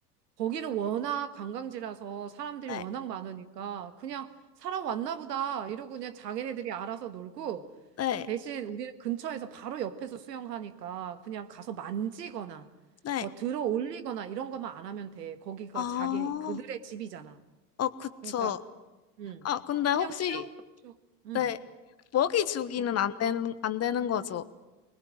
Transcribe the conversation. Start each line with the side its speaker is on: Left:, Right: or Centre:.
Right: 거기는 워낙 관광지라서 사람들이
Left: 네.
Right: 워낙 많으니까 그냥 사람 왔나 보다 이러고 그냥 자기네들이 알아서 놀고
Left: 네.
Right: 대신 우리는 근처에서 바로 옆에서 수영하니까 그냥 가서 만지거나
Left: 네.
Right: 뭐 들어 올리거나 이런 것만 안 하면 돼. 거기가
Left: 아.
Right: 자기 그들의 집이잖아.
Left: 어, 그쵸.
Right: 그러니까 음.
Left: 아, 근데
Right: 그냥
Left: 혹시
Right: 수영 그렇죠. 음.
Left: 네. 먹이 주기는
Right: 뭐,
Left: 안 되는, 안 되는 거죠.